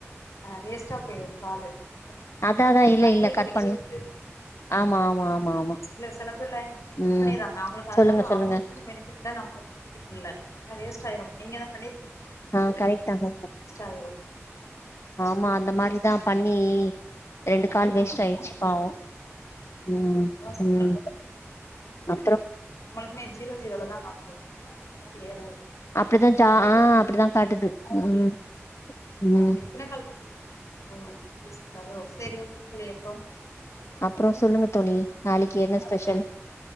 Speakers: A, on the left (about 80°); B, on the left (about 65°).
A: ஆ வேஸ்ட்டா போயிரு காலு அதுக்குதா
B: அதாதா இல்ல
A: ஆ
B: இல்ல
A: கேக்குது
B: கட் பண்ணு
A: கேக்குது
B: ஆமா ஆமா ஆமா ஆமா
A: இல்ல சில பேர் லைன் கெடைக்கலன்னா
B: ம்
A: பண்ணிடுறாங்க அவங்களுக்கு அதனால
B: சொல்லுங்க சொல்லுங்க
A: அவங்களுக்குமே பெனிஃபிட் இல்ல நம்மளுக்கு பெனஃபிட் இல்ல என்ன வேஸ்ட் ஆயுடு இப்ப நீங்க தா பண்ணி
B: ஆஹ் கரெக்ட் தா கரெக்தா
A: ஆயிரு
B: ஆமா அந்த மாரி தா பண்ணி ரெண்டு கால்
A: ஆ
B: வேஸ்ட் ஆயிடுச்சி பாவ ம்
A: அதா சொல்றே
B: ம் ம் ஆ
A: நம்மளுக்குமே ஜீரோ ஜீரோ தா காமிக்குது அந்த அமௌன்ட் ஏறாது
B: அப்டிதா ச்சா ஆ அப்டி தா காட்டுது ம் ம்
A: இப்ப எத்தன கால் பேசிருக்கோ பேசக்கூடாதோ சேரி ஓகே தோழி அப்ற
B: அப்ற சொல்லுங்க தோழி நாளைக்கி என்ன ஸ்பெஷல்
A: ஆ